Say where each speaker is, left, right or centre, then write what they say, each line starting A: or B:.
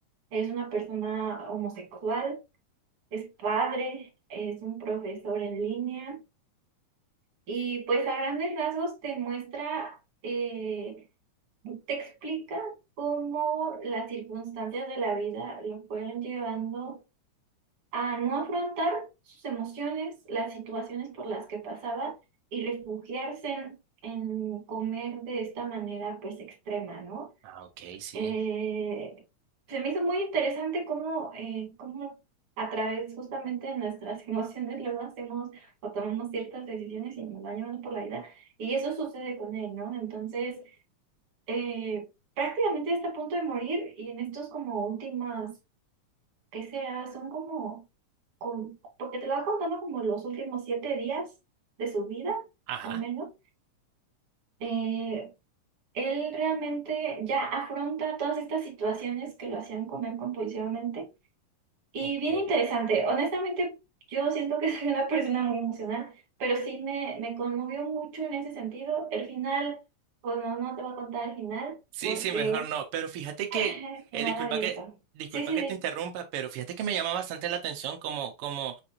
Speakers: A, on the right; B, on the right.
A: Es una persona homosexual, es padre, es un profesor en línea y pues a grandes rasgos te muestra, eh, te explica cómo las circunstancias de la vida lo fueron llevando a no afrontar sus emociones, las situaciones por las que pasaba y refugiarse en, en comer de esta manera pues extrema, ¿no?
B: Ah, ok, sí.
A: Eh, se me hizo muy interesante cómo, eh, cómo a través justamente de nuestras <laughs> emociones luego hacemos o tomamos ciertas decisiones y nos va llevando por la vida y eso sucede con él, ¿no? Entonces, eh, prácticamente está a punto de morir y en estos como últimas ¿Qué será? Son como, con, porque te lo va contando como los últimos siete días de su vida,
B: Ajá.
A: al menos. Eh, él realmente ya afronta todas estas situaciones que lo hacían comer compulsivamente. Y
B: Ok.
A: bien interesante. Honestamente, yo siento que <laughs> soy una persona muy emocional, pero sí me, me conmovió mucho en ese sentido. El final, pues no, no te voy a contar el final,
B: Sí,
A: porque
B: sí, mejor
A: es
B: no. Pero fíjate que,
A: <laughs> final
B: eh, disculpa
A: abierto.
B: que, disculpa
A: Sí, sí,
B: que
A: sí.
B: te interrumpa, pero fíjate que me llama bastante la atención como, como